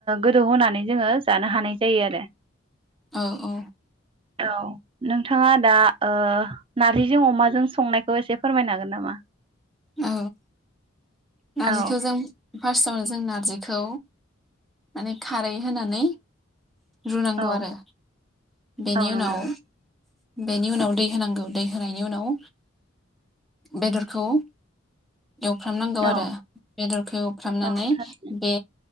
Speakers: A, on the right; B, in the centre.
A: गोदौ होनानै जोङो जानो हानाय जायो आरो
B: औ औ
A: औ नोंथाङा दा ओ नारजिजों अमाजों संनायखौ एसे फोरमायनो हागोन नामा?
B: औ नारजिथ'
A: औ
B: जों फार्स्टआवनो जों नारजिखौ माने खार रै होनानै रुनांगौ
A: औ
B: आरो बेनि
A: औ नंगौ
B: उनाव बेनि उनाव दै होनांगौ दै होनायनि उनाव बेदरखौ एवफ्रामनांगौ
A: औ
B: आरो बेदरखौ एवफ्रामनानै
A: औ थारैनो
B: बे